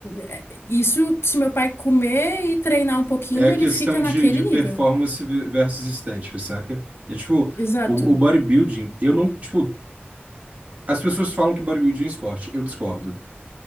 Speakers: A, on the left; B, on the right.
A: é- isso, se meu pai comer e treinar um pouquinho,
B: É a questão
A: ele fica naquele
B: de, de performance
A: nível.
B: versus estética, saca? É tipo,
A: Exato.
B: o, o bodybuilding, eu não, tipo, as pessoas falam que bodybuilding é esporte, eu discordo.